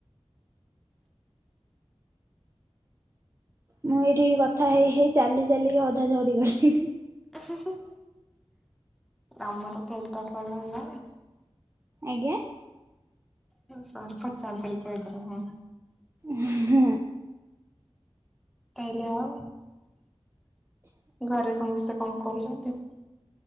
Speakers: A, on the right; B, in the centre.
A: ମୁଁ ଏଇଠି କଥା ହେଇ ହେଇ ଚାଲି ଚାଲିକି ଅଧା ଝଡି ଗଲିଣି।
B: ହ <unintelligible> ଆମର କେଇଟା କଲେ ହେଲାନି।
A: ଆଜ୍ଞା।
B: ମୁଁ ସର୍କ ଚାଲି ଚାଲିକି ଆଇଥିଲି ହଁ।
A: ହଁ।
B: କହିଲେ ଆ ଘରେ ସମସ୍ତେ। କଣ କରୁଚନ୍ତି?